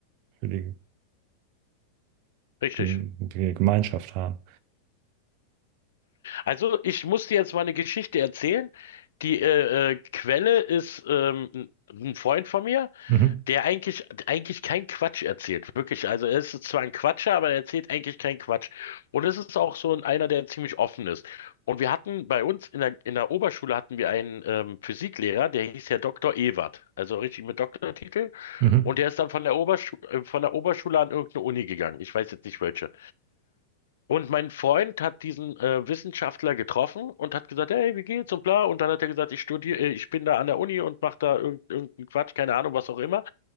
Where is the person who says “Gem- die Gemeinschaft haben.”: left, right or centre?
Right